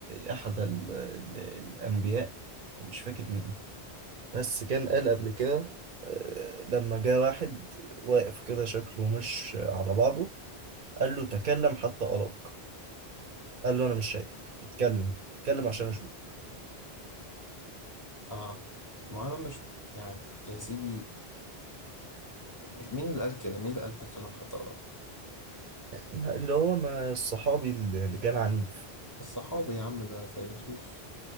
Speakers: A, on the right; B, on the left.
A: احد ال- ال- الانبياء مش فاكر مين بس كان قال قبل كده آه، لما جه واحد واقف كده شكله مش على بعضه قال له تكلم حتى أراك قال له انا مش شايفك اتكلم اتكلم عشان اشوفك
B: اه ما انا مش يعني يا سيدي م- مين اللي قال كده مين اللي قال تكلم حتى أراك
A: ما- اللي هو ما الصحابي اللي اللي كان عنيف
B: الصحابي يا عم ده فيلسوف